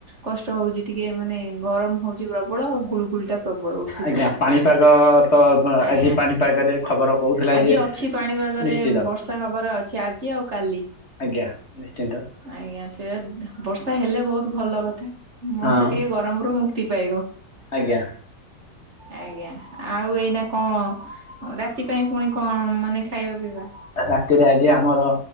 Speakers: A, on the right; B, on the left.
A: କଷ୍ଟ ହଉଚି ଟିକେ ମାନେ ଗରମ ହଉଚି ପ୍ରବଳ ଆଉ ଗୁଳୁଗୁଳି ଟା ପ୍ରବଳ ଉ
B: ଆଜ୍ଞା ପାଣିପାଗ ତ ମ
A: ଆଜ୍ଞା।
B: ଆଜି ପାଣିପାଗରେ ଖବର କହୁଥିଲା
A: ଆଜି
B: ଯେ
A: ଅଛି ପାଣିପାଗରେ
B: ନିଶ୍ଚିତ।
A: ବର୍ଷା ହବାର ଅଛି ଆଜି ଆଉ କାଲି।
B: ଆଜ୍ଞା ନିଶ୍ଚିନ୍ତ।
A: ଆଜ୍ଞା ସେ ବର୍ଷା ହେଲେ ବହୁତୁ ଭଲ କଥା ମଣିଷ
B: ହଁ
A: ଟିକେ ଗ ଗରମ ରୁ ମୁକ୍ତି ପାଇବ।
B: ଆଜ୍ଞା।
A: ଆଜ୍ଞା ଆଉ ଏଇନା କଣ ରାତି ପାଇଁ ପୁଣି କଣ ମାନେ ଖାଇବା ପିଇବା?
B: ରାତିରେ ଆଜି ଆମର